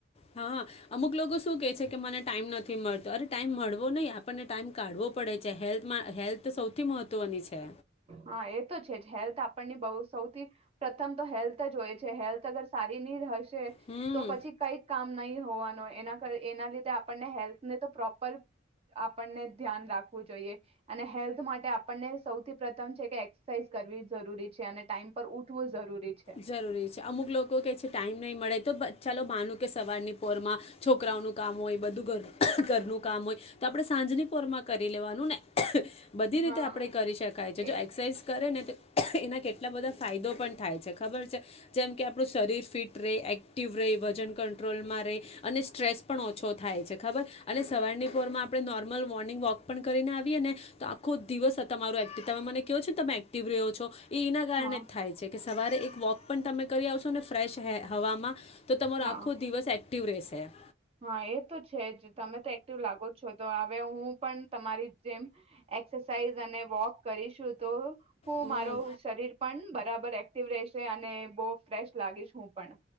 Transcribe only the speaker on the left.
હા અમુક લોકો શું કે છે કે મને ટાઈમ નથી મળતો અરે ટાઈમ મળવો નહી આપણને ટાઈમ કાઢવો પડે છે હેલ્થમાં હેલ્થ સૌથી મહત્વની છે.
હમ
જરૂરી છે અમુક લોકો કે છે ટાઈમ નહીં મળે તો પણ ચાલો માનું કે સવારની પોરમાં છોકરાઓનું કામ હોય બધું ઘરનું કામ હોય તો આપણે સાંજની પોરમાં કરી લેવાનું ને બધી
રીતે આપડે કરી શકાય છે
જો એક્સરસાઇઝ કરે ને તો એના કેટલા બધા ફાયદો પણ થાય છે ખબર છે જેમ કે આપણું શરીર ફિટ રહે એક્ટિવ રહે વજન કંટ્રોલમાં રહે અને સ્ટ્રેસ પણ ઓછો થાય છે ખબર અને સવારની પોરમાં આપણે નોર્મલ મોર્નિંગ વોક પણ કરીને આવીએ ને તો આખો દિવસ તમારો એક્ટિવ તમે મને કહવો છો ને તમે એક્ટિવ રહો છો એ એના કારણે
જ થાય છે કે સવારે એક વોક પણ તમે કરી આવશો ને ફ્રેશ હવામાં તો તમારો
આખો દિવસ એ એકટીવ રહેશે એમ
હમ.